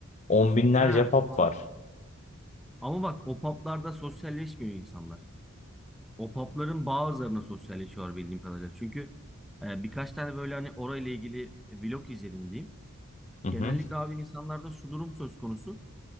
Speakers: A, on the left; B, in the centre.
A: On binlerce
B: Ha,
A: pub
B: anladım.
A: var.
B: Ama bak o publarda sosyalleşmiyor insanlar. O pubların bazılarına sosyalleşiyorlar bildiğim kadarıyla. Çünkü e, birkaç tane böyle hani orayla ilgili vlog izledim diyeyim.
A: Hı
B: Genellikle
A: hı.
B: abi insanlarda şu durum söz konusu.